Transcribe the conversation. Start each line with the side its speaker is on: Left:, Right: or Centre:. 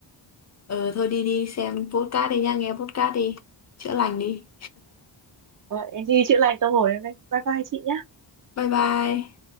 Left: Ờ thôi đi đi xem podcast đi nha, nghe podcast đi. Chữa lành đi.
Right: em đi chữa lành tâm hồn em đây, bye bye chị nhé.
Left: Bye bye.